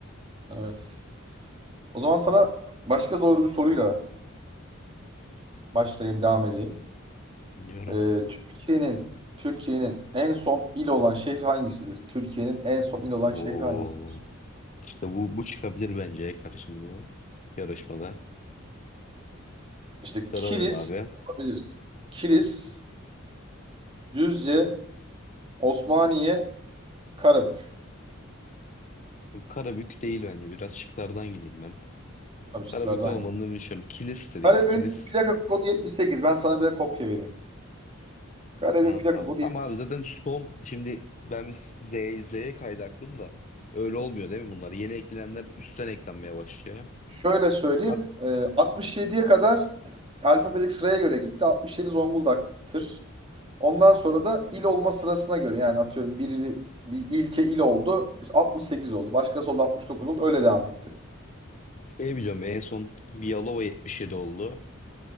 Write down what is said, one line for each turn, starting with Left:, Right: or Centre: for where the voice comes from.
Right: Evet. O zaman sana başka zor bir soruyla başlayayım, devam edeyim.
Left: Bilmiyorum.
Right: Ee, Türkiye'nin Türkiye'nin en son il olan şehir hangisidir? Türkiye'nin en son il olan
Left: Oo.
Right: şehir hangisidir?
Left: İşte bu bu çıkabilir bence karşımıza da. Yarışmada.
Right: İşte
Left: Sarılayım
Right: Kilis
Left: abi.
Right: olabilir. Kilis, Düzce, Osmaniye, Karabük.
Left: Karabük değil bence. Biraz şıklardan gideyim ben.
Right: Tabii
Left: Karabük
Right: şıklardan
Left: olmadığını
Right: hangi?
Left: düşünüyorum. Kilis de değil.
Right: Karabük'ün
Left: Kilis.
Right: plaka kodu 78. Ben sana bir kopya vereyim. Karabük'ün
Left: Aa,
Right: plaka kodu
Left: Ama
Right: 78.
Left: abi zaten son şimdi ben bir Z, Z'ye kaydı aklım da. Öyle olmuyor değil mi bunlar? Yeni eklenenler üstten eklenmeye başlıyor.
Right: Şöyle söyleyeyim.
Left: Abi
Right: e, 67'ye kadar alfabetik sıraya göre gitti. 67 Zonguldak'tır. Ondan sonra da il olma sırasına göre. Yani atıyorum biri bir ilçe il oldu. işte 68 oldu. Başkası oldu 69 oldu. Öyle devam etti.
Left: şey biliyorum en son Vialova 77 oldu.